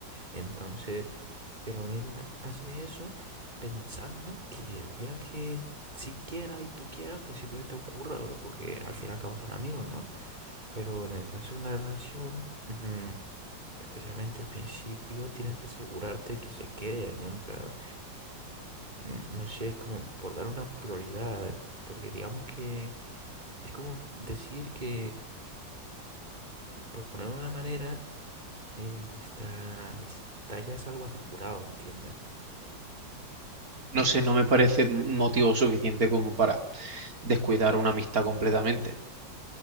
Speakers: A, on the right; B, on the right.
A: Entonces, pero él ha- hace eso pensando que el día que si quiera y tú quieras, pues simplemente ocurra, bro, porque al fin y al cabo son amigos, ¿no? Pero en el caso de una relación, ujú, Especialmente al principio tienes que asegurarte de que se quede, ¿no? En plan, mm, no sé, es como por dar una prioridad, porque digamos que es como decir que, por poner una manera, eh, vuestra amistad ya es algo asegurado, ¿entiendes?
B: No sé, no me parece motivo suficiente como para descuidar una amistad completamente.